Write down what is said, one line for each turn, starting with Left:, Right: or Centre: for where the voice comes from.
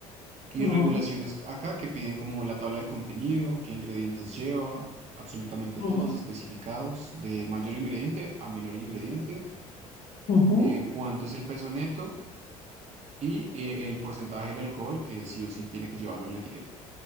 Right: Y
Left: Ujú,
Right: regulaciones acá que piden como la tabla de contenido, qué ingredientes lleva, absolutamente
Left: ujú,
Right: todos especificados, de mayor ingrediente a menor ingrediente,
Left: ujú.
Right: eh, cuánto es el peso neto y eh, el porcentaje del alcohol que sí o sí tiene que llevarlo en la etiqueta.